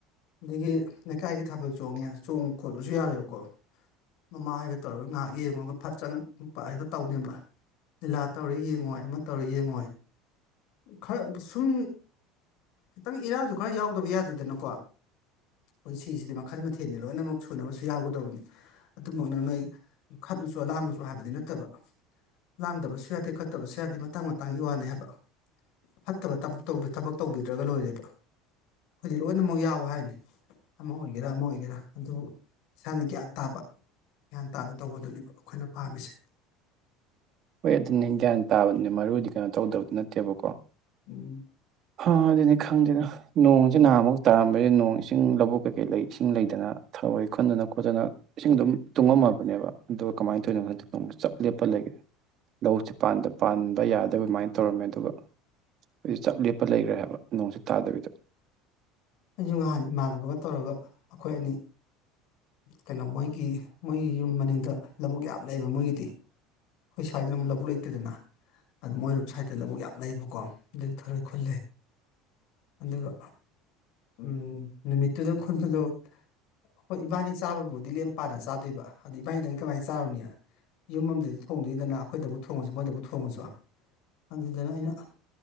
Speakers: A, on the left (about 70°); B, on the right (about 50°).
A: ꯑꯗꯒꯤ ꯂꯩꯀꯥꯏꯒꯤ ꯊꯥꯕꯜ ꯆꯣꯡꯉꯦ ꯆꯣꯡꯉꯨ ꯈꯣꯠꯂꯨꯁꯨ ꯌꯥꯔꯣꯏꯕꯀꯣ ꯃꯃꯥ ꯍꯥꯏꯒ ꯇꯧꯔꯒ ꯉꯥꯏꯍꯥꯛ ꯌꯦꯡꯉꯒ ꯐꯠ ꯆꯪꯉ ꯅꯨꯨꯄꯥ ꯍꯥꯏꯗ ꯇꯧꯅꯦꯕ ꯂꯤꯂꯥ ꯇꯧꯔ ꯌꯦꯡꯉꯣꯏ ꯑꯃ ꯇꯧꯔ ꯌꯦꯡꯉꯣꯏ ꯈꯔ ꯁꯨꯝ ꯈꯤꯇꯪ ꯏꯔꯥꯡꯁꯨ ꯈꯔ ꯌꯥꯎꯗꯕ ꯌꯥꯗꯦꯗꯅꯀꯣ ꯄꯨꯟꯁꯤꯁꯤꯗꯤ ꯃꯈꯜ ꯃꯊꯦꯜꯅꯤ ꯂꯣꯏꯅꯃꯛ ꯁꯨꯅꯕꯁꯨ ꯌꯥꯎꯒꯗꯕꯅꯤ ꯑꯗꯨꯃꯛꯅ ꯅꯣꯏ ꯈꯠꯂꯨꯁꯨ ꯑꯂꯥꯡꯕꯁꯨ ꯍꯥꯏꯕꯗꯤ ꯅꯠꯇꯕ ꯂꯥꯡꯗꯕꯁꯨ ꯌꯥꯗꯦ ꯈꯠꯇꯕꯁꯨ ꯌꯥꯗꯦ ꯃꯇꯥꯡ ꯃꯇꯥꯡꯒꯤ ꯋꯥꯅꯤ ꯍꯥꯏꯕ ꯐꯠꯇꯕ ꯊꯕꯛ ꯇꯧꯕꯤꯗ꯭ꯔꯒ ꯂꯣꯏꯔꯦꯕ ꯑꯩꯈꯣꯏꯗꯤ ꯂꯣꯏꯅꯃꯛ ꯌꯥꯎꯋ ꯍꯥꯏꯅꯤ꯫ ꯑꯃ ꯑꯣꯏꯒꯦꯔꯥ ꯑꯃ ꯑꯣꯏꯒꯦꯔꯥ ꯑꯗꯨꯕꯨ ꯏꯁꯥꯅ ꯒ꯭ꯌꯥꯟ ꯇꯥꯕ ꯒ꯭ꯌꯥꯟ ꯇꯥꯅ ꯇꯧꯕꯗꯨꯅꯦꯕ ꯑꯩꯈꯣꯏꯅ ꯄꯥꯝꯃꯤꯁꯦ꯫
B: ꯍꯣꯏ ꯑꯗꯨ ꯅ ꯒ꯭ꯌꯥꯟ ꯇꯥꯕꯗꯨꯅꯦ ꯃꯔꯨꯗꯤ ꯀꯩꯅꯣ ꯇꯧꯗꯕꯗꯨ ꯅꯠꯇꯦꯕꯀꯣ
A: ꯎꯝ
B: ꯍ ꯑꯗꯨꯅꯤ ꯈꯪꯗꯦꯗ ꯅꯣꯡꯁꯤ ꯅꯍꯥꯟꯃꯨꯛ ꯇꯥꯔꯝꯕꯗꯤ ꯅꯣꯡ ꯏꯁꯤꯡ ꯂꯧꯕꯨꯛ ꯀꯩꯀꯩ ꯂꯩ ꯏꯁꯤꯡ ꯂꯩꯇꯅ ꯊꯔꯣꯏ ꯈꯟꯗꯅ ꯈꯣꯠꯇꯅ ꯏꯁꯤꯡ ꯑꯗꯨꯝ ꯇꯨꯡꯉꯝꯃꯕꯅꯦꯕ ꯑꯗꯨꯒ ꯀꯃꯥꯏꯅ ꯇꯧꯅꯣꯗ ꯆꯞ ꯂꯦꯞꯄ ꯂꯩꯒꯦ꯫ ꯂꯧꯁꯤ ꯄꯥꯟꯕ ꯌꯥꯗꯕ ꯑꯗꯨꯃꯥꯏꯅ ꯇꯧꯔꯝꯃꯦ ꯑꯗꯨꯒ ꯍꯧꯖꯤꯛ ꯆꯞ ꯂꯦꯞꯄ ꯂꯩꯈ꯭ꯔꯦ ꯍꯥꯏꯕ ꯅꯣꯡꯁꯤ ꯇꯥꯗꯕꯤꯗ
A: ꯑꯩꯁꯨ ꯅꯍꯥꯟ ꯏꯃꯥꯟꯅꯕꯒ ꯇꯧꯔꯒ ꯑꯩꯈꯣꯏ ꯑꯅꯤ ꯀꯩꯅꯣ ꯃꯣꯏꯒꯤ ꯃꯣꯏꯒꯤ ꯌꯨꯝ ꯃꯅꯤꯡꯗ ꯂꯧꯕꯨꯛ ꯌꯥꯝ ꯂꯩꯌꯦꯕ ꯃꯣꯏꯒꯤꯗꯤ꯫ ꯑꯩꯈꯣꯏ ꯁ꯭ꯋꯥꯏꯗꯅ ꯂꯧꯕꯨꯛ ꯂꯩꯇꯗꯅ ꯑꯗꯨ ꯃꯣꯏ ꯁꯥꯏꯠꯇ ꯂꯧꯕꯨꯛ ꯌꯥꯝ ꯂꯩꯕꯀꯣ ꯑꯗꯨ ꯊꯔꯣꯏ ꯈꯨꯜꯂꯦ ꯑꯗꯨꯒ ꯎꯝ ꯅꯨꯃꯤꯠꯇꯨꯗ ꯈꯨꯟꯕꯗꯣ ꯍꯣꯏ ꯏꯕꯥꯅꯤ ꯆꯥꯕꯕꯨꯗꯤ ꯂꯦꯝ ꯄꯥꯅ ꯆꯥꯗꯣꯏꯕ ꯑꯗ ꯏꯕꯥꯅꯤꯗꯪ ꯀꯃꯥꯏꯅ ꯆꯥꯔꯨꯅꯤ꯫ ꯌꯨꯝ ꯑꯃꯗꯗꯤ ꯊꯣꯡꯗ꯭ꯉꯩꯗꯅ ꯑꯩꯈꯣꯏꯗꯕꯨ ꯊꯣꯡꯉꯁꯨ ꯃꯣꯏꯗꯕꯨ ꯊꯣꯡꯉꯁꯨ ꯑꯗꯨꯗꯅ ꯑꯩꯅ